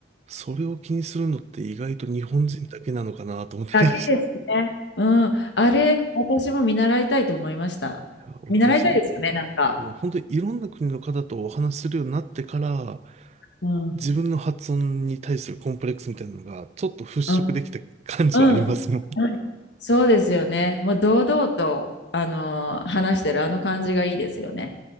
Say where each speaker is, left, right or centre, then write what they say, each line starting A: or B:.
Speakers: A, on the right; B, on the left.
A: それを気にするのって意外と日本人だけなのかなと思ったり、
B: だけですね。
A: <laughs> い
B: うん、あれ、私も見習いたいと思いました。
A: や、
B: 見習いたいですよね、
A: 僕もその、
B: なんか。
A: もう本当にいろんな国の方とお話しするようになってから、
B: うん、
A: 自分の発音に対するコンプレックスみたいなのがちょっと払拭できた感じはありますもん。
B: うん、うん、うんそうですよね。もう堂々と、あのー話してるあの感じがいいですよね。